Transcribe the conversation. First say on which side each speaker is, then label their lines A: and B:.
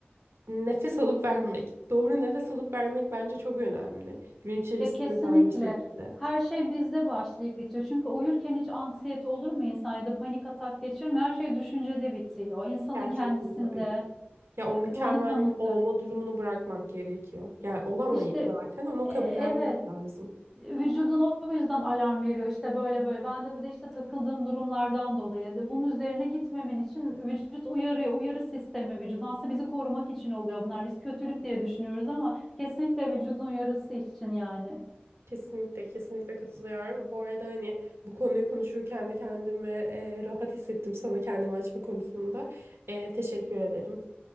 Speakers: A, on the right; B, in the centre.
A: nefes alıp vermek. Doğru nefes alıp vermek bence çok önemli. Gün içerisinde
B: Ya kesinlikle.
A: de aynı şekilde.
B: Her şey bizde başlayıp bitiyor. Çünkü uyurken hiç anksiyete olur mu insan ya da panik atak geçirir mi? Her şey düşüncede bitiyor. İnsanın
A: Gerçekten
B: kendisinde.
A: öyle. Ya o
B: Evet,
A: mükemmel
B: onu kanıtlıyor.
A: olma durumunu bırakmak gerekiyor. Yani olamayız
B: İşte
A: zaten. Onu
B: e,
A: kabullenmek
B: evet.
A: lazım.
B: Vücudun o yüzden alarm veriyor işte böyle böyle. Bende de işte takıldığım durumlardan dolayı. da Bunun üzerine gitmemen için vücut uyarıyor. Uyarı sistemi vücudun. Aslında bizi korumak için oluyor bunlar. Biz kötülük diye düşünüyoruz ama kesinlikle vücudun uyarısı için yani.
A: Kesinlikle, kesinlikle katılıyorum. Bu arada hani bu konuyu konuşurken de kendimi e, rahat hissettim sana kendimi açma konusunda. E, teşekkür ederim.